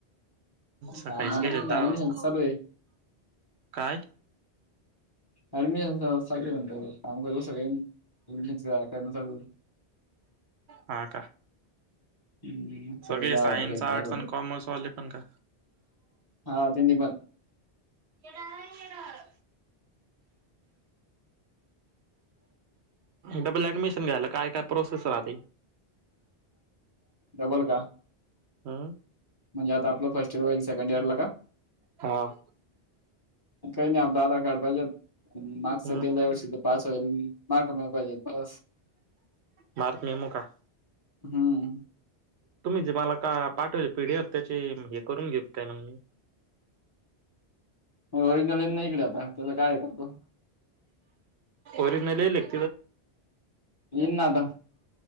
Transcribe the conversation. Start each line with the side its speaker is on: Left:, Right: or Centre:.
Right: सकाळीच
Left: काम आता
Right: गेलेत
Left: काही नाही
Right: दहा
Left: ऍडमिशन
Right: वाजता.
Left: चालू आहे
Right: काय?
Left: आणि मी सगळे म्हणतो काम कर इमिटेशनच कर ना चालू.
Right: हा का
Left: हुं
Right: सगळे
Left: जा
Right: सायन्स
Left: होता कइ
Right: आर्ट्स
Left: पास होता.
Right: आणि कॉमर्स वाले पण का?
Left: हा त्यांनी पण.
Right: येड हाय येड. डबल ऍडमिशन घ्यायला काय काय प्रोसेस रहाते?
Left: डबल का?
Right: हां.
Left: म्हणजे आता आपलं फर्स्ट इयर होईल सेकंड इयर ला का?
Right: हां.
Left: काही नाही आपलं आधार कार्ड पाहिजे. मार्कशीट
Right: हम्म.
Left: गेल्या वर्षीच पास होईल मार्क मला पाहिजे पास
Right: मार्क मेमो का?
Left: हुं.
Right: तुम्ही जे मला का पाठवेलत पीडीएफ त्याची हे करून घेऊ का काय मग मी.
Left: ओरिजनल येईन ना इकडे आता त्याच काय ऐकतो.
Right: ओरिजनल आलेलं.
Left: इन न आता